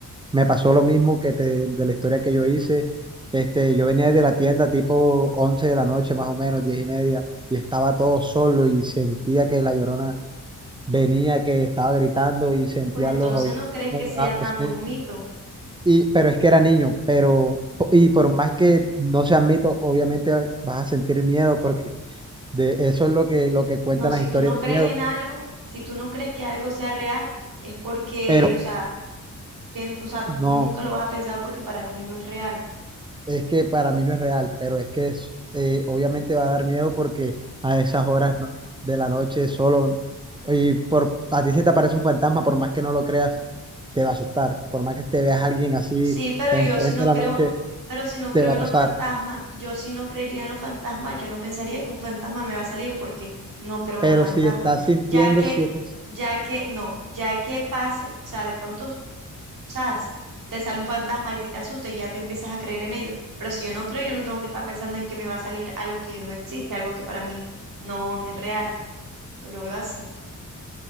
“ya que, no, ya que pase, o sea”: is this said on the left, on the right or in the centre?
Right